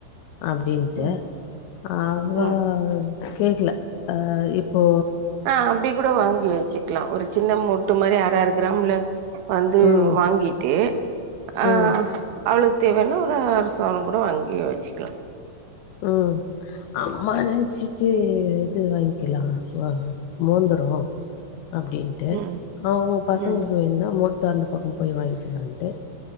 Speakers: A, on the left; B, on the right.
A: அப்டின்ட்டு
B: ம்
A: அவ
B: ம்
A: கேக்ல அ இப்போ
B: அ அப்டி கூட வாங்கி வெச்சுக்லா ஒரு சின்ன முட்டு மாரி அர அர கிராம்ல வந்து வந்து
A: ம்
B: வாங்கிட்டு அ
A: ம்
B: அவ்ளுக் தேவேனா ஒரு அர சவர கூட வாங்கி வச்சுக்லா
A: ம் அம்மா நன்ச்சி சே இது வாங்க்கிலா வ மோந்தரோ அப்டின் டு
B: ம்
A: அவுங்க பசங்ளுக்கு
B: ம்
A: வேன்னா மோட் டு அந்த பக்க போய் வாங்கிக்கலான்ட்டு